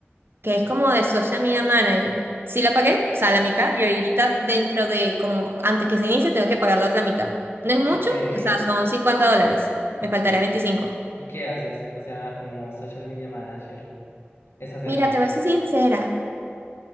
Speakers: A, on the right; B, on the left.
A: que es como de Social Media Manager. Sí la pagué, o sea, la mitad, y ahorita dentro de, como antes que se inicie, tengo que pagar la otra mitad. No es mucho,
B: Ok.
A: o sea, son 50 dólares, me faltaría veinticinco
B: ¿Y qué haces? O sea, como social media manager, ¿es hacer
A: Mira,
B: qué?
A: te voy a ser sincera,